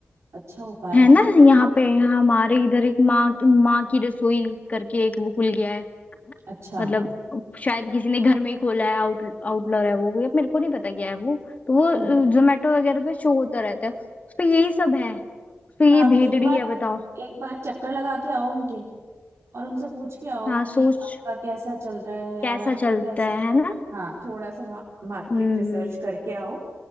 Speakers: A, on the right (about 75°); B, on the left (about 35°).
A: अच्छा उपाय
B: है ना
A: है
B: यहाँ पे हमारे इधर एक माँ की माँ की रसोई करके एक वो खुल गया है
A: अच्छा
B: मतलब शायद किसी ने घर में ही खोला है आउट आउटलर है वो या मेरे को नहीं पता क्या है वो तो वो
A: हम्म।
B: जोमेटो वगैरह पे शो होता रहता है उस पे यही सब है उस पे
A: तो
B: ये
A: आप
B: भेदड़ी
A: एक बार
B: है बताओ
A: एक बार चक्कर लगा के आओ उनके और उनसे पूछ के आओ
B: हाँ सोच
A: कि आपका कैसा चल रहा है
B: कैसा
A: और आपको
B: चलता
A: कैसा
B: है है ना
A: हाँ थोड़ा सा मार्केट
B: हम्म
A: रिसर्च करके आओ